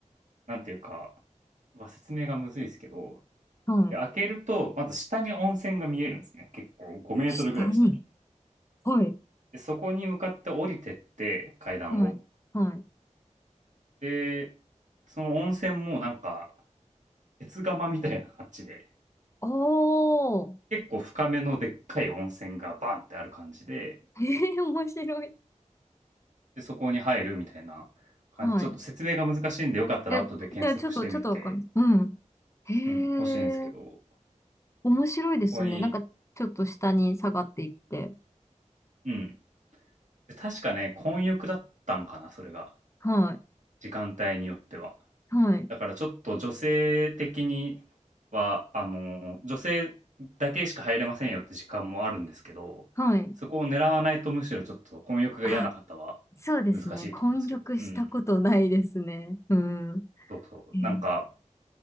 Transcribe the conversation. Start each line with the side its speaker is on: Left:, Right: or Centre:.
Right: なんていうか、うわ説明がむずいですけど、
Left: はい。
Right: で、開けると、まず下に温泉が見えるんですね。結構5メートルぐらい下に。
Left: 下に。はい、
Right: で、そこに向かって降りてって、階段を。
Left: はい、はい。
Right: で、その温泉もなんか、鉄釜みたいな感じで、
Left: おー。
Right: 結構深めのでっかい温泉がバンってある感じで、
Left: へえ、<laughs> 面白い。
Right: で、そこに入るみたいな感じ。
Left: はい。
Right: ちょっと説明が難しいんで、よかったら後で検索してみて、
Left: え、でもちょっと、ちょっとわかんない。うん。へえ、
Right: うん、欲しいんですけど、
Left: 面白いですね。
Right: そこに、
Left: なんか、ちょっと下に下がっていって。
Right: うん。で確かね、混浴だったんかな、それが。
Left: はい、
Right: 時間帯によっては。
Left: はい、
Right: だからちょっと女性的には、あの、女性だけしか入れませんよって時間もあるんですけど、
Left: はい。
Right: そこを狙わないとむしろちょっと混浴が嫌な方は
Left: あ、そうですね。
Right: 難しいと思うんですけど。
Left: 混浴したことないですね。
Right: うん。
Left: うん。
Right: そうそう。
Left: へえ。
Right: なんか、